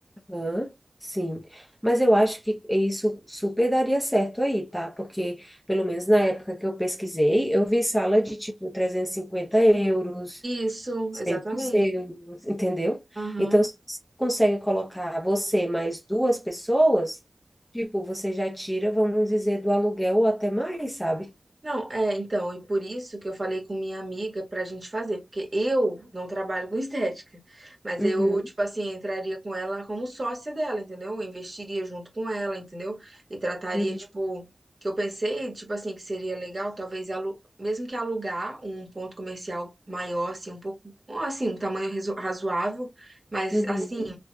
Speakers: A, on the left (about 15°); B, on the right (about 35°).
A: Hã? Sim, mas eu acho que isso super daria certo aí, tá? Porque, pelo menos na época que eu pesquisei, eu vi sala de tipo 350 euros,
B: Isso,
A: 100
B: exatamente.
A: euros, entendeu?
B: Aham.
A: Então, se você consegue colocar você mais duas pessoas, tipo, você já tira, vamos dizer, do aluguel ou até mais, sabe?
B: Não, é, então, e por isso que eu falei com minha amiga pra gente fazer, porque eu não trabalho com estética, mas
A: Uhum,
B: eu, tipo assim, entraria com ela como sócia dela, entendeu? Eu investiria junto com ela, entendeu? E trataria,
A: uhum,
B: tipo, que eu pensei, tipo assim, que seria legal, talvez, alu mesmo que alugar um ponto comercial maior, assim, um pouco, ou, assim, um tamanho razo- razoável, mas,
A: uhum,
B: assim,